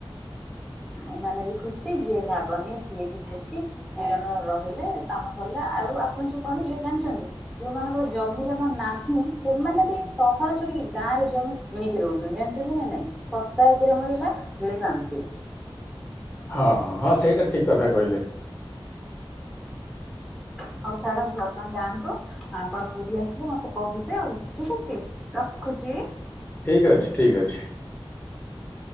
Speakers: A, in the centre; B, on the left.
A: ଏମାନେ ବି ଖୁସି ଯିଏ ଭାଗ ନିଏ ସିଏ ବି ଖୁସି ଦି ଜଣ ରହିଲେ କାମ ସରିଲା ଆଉ ଆପଣ ଯୋଉ କହିଲେ ଜାଣିଛନ୍ତି ଯୋଉମାନଙ୍କର ଜମି ଜମା ନାହିଁ ସେମାନେ ବି ସହର ଛାଡିକି ଗାଁ ରେ ଜମି କିଣିକି ରହୁଛନ୍ତି ଜାଣିଛନ୍ତି ନା ନାଇଁ ଶସ୍ତା ଏକରେ ମିଳିଲା ଦୁଇରେ ଶାନ୍ତି।
B: ହଁ ହଁ ହଁ ସେଇଟା ଠିକ କଥା କହିଲେ।
A: ହଉ ଛାଡନ୍ତୁ ଆପଣ ଯାଆନ୍ତୁ ଆପଣ ପୁରୀ ଆସିଲେ ମତେ କହିବେ ଆଉ ଠିକ ଅଛି ରଖୁଛି।
B: ଠିକ୍ ଅଛି ଠିକ୍ ଅଛି।